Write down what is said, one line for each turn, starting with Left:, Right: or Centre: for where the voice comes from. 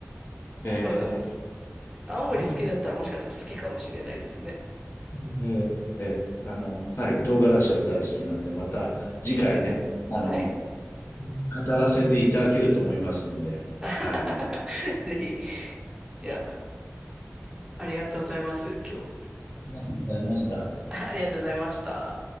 Right: <laughs>
Left: へ
Right: そうなんです。
Left: え。
Right: 青森好きだったらもしかしたら好きかもしれないですね。
Left: ありがとう。ーえーあの、はい、唐辛子は大好きなんで、また次回ね、あの、
Right: はい。
Left: 語らせていただけると思いますんで、
Right: <laughs>
Left: はい。あ
Right: ぜひ。いや、ありがとうございます、今日。
Left: りがとうございました。
Right: <laughs> ありがとうございました。